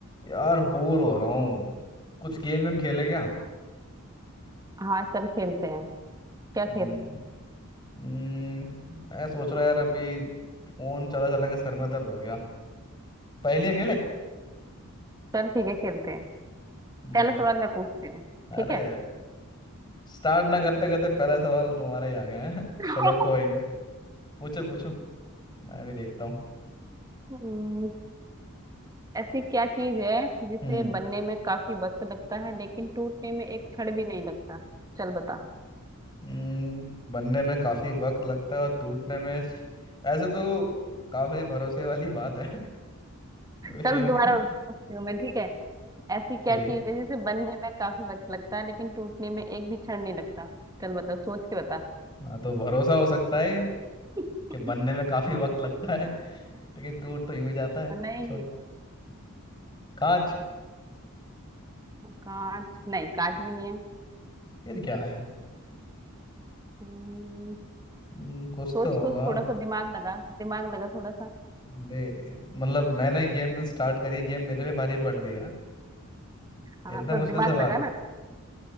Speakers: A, on the left; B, on the right.
A: यार बोर हो रहा हूँ कुछ गेम वेम खेले क्या
B: हाँ चल खेलते हैं
A: हम्म
B: क्या खेल
A: हम्म, मैं सोच रहा यार अभी फोन चला चला के सर में दर्द हो गया पहेलियां खेले
B: चल ठीक है खेलते हैं
A: हम्म
B: पहला सवाल मैं पूछती हूँ
A: अरे
B: ठीक है
A: स्टार्ट ना करते करते पहला सवाल तुम्हारा ही आ गया है <laughs>
B: <laughs>
A: चलो कोई नहीं पूछो पूछो मैं भी देखता हूँ
B: हम्म, ऐसी क्या चीज है जिसे
A: हम्म
B: बनने में काफी वक्त लगता है लेकिन टूटने में एक क्षण भी नहीं लगता चल बता
A: हम्म, बनने में काफी वक्त लगता है और टूटने में ऐसे तो काफी भरोसे वाली बात है <laughs> लेकिन
B: चल दोबारा
A: क्या-
B: पूछती हूँ मैं ठीक है ऐसी क्या
A: ठीक
B: चीज है जिसे बनने में काफी वक्त लगता है लेकिन टूटने में एक भी क्षण नहीं लगता चल बता सोच के बता
A: हाँ तो भरोसा हो सकता है
B: <laughs>
A: कि बनने में काफी वक्त लगता है लेकिन टूट तो यूं ही जाता है
B: नहीं
A: छोट कांच
B: कांच नहीं कांच भी नहीं है
A: फिर क्या है
B: हम्म,
A: हम्म, कुछ
B: सोच
A: तो
B: सोच
A: होगा
B: थोड़ा सा दिमाग लगा दिमाग लगा थोड़ा सा
A: अरे मतलब मैंने गेम स्टार्ट करी गेम मेरे पे भारी पड़ रही है हाँ?
B: हाँ
A: इतना
B: तो
A: मुश्किल
B: दिमाग
A: सवाल
B: लगा ना